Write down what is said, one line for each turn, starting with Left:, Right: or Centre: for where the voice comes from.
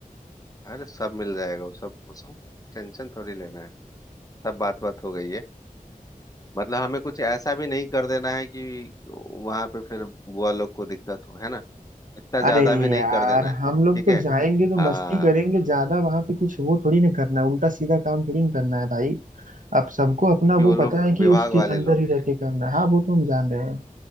Left: अरे सब मिल जाएगा वो सब सब टेंशन थोड़ी लेना है सब बात बात हो गई है मतलब हमें कुछ ऐसा भी नहीं कर देना है कि वहां पे फिर बुआ लोग को दिक्कत हो है ना इतना ज्यादा
Right: अरे
Left: भी नहीं
Right: यार
Left: कर देना है
Right: हम लोग
Left: ठीक
Right: तो
Left: है
Right: जाएंगे तो
Left: हाँ
Right: मस्ती करेंगे ज्यादा वहां पे कुछ वो थोड़ी ना करना है उल्टा सीधा काम थोड़ी ना करना है भाई अब सबको अपना
Left: क्योंकि वो
Right: वो
Left: लोग
Right: पता है कि
Left: विभाग
Right: उसके
Left: वाले
Right: अंदर
Left: लोग
Right: ही रह
Left: हैं
Right: के करना है हाँ वो तो हम जान रहे हैं